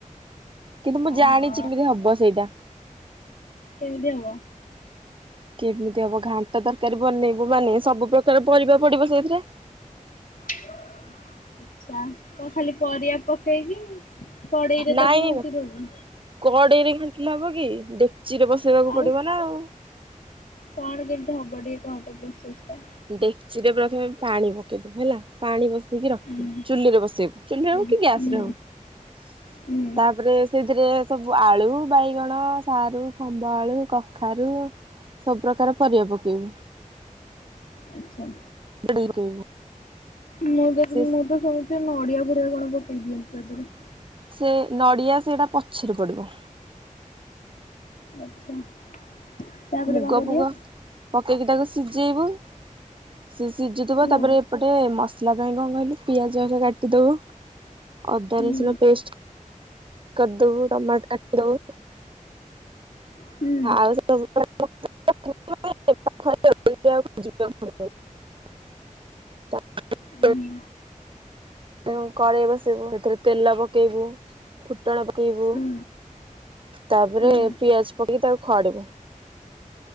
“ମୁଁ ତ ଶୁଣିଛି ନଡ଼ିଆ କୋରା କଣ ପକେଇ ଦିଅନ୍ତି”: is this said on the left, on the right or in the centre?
Left